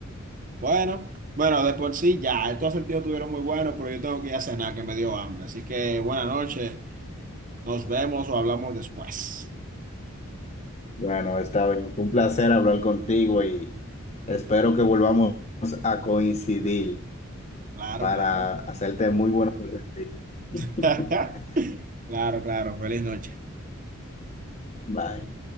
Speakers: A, on the right; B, on the left.
A: Bueno, bueno, de por sí ya. Estos sentidos estuvieron muy buenos, pero yo tengo que ir a cenar, que me dio hambre. Así que buenas noches. Nos vemos o hablamos después.
B: Bueno, está bien. Fue un placer hablar contigo y espero que volvamos a coincidir.
A: Claro,
B: para
A: claro.
B: hacerte muy buena. <laughs>
A: <laughs> Claro, claro. Feliz noche.
B: Bye.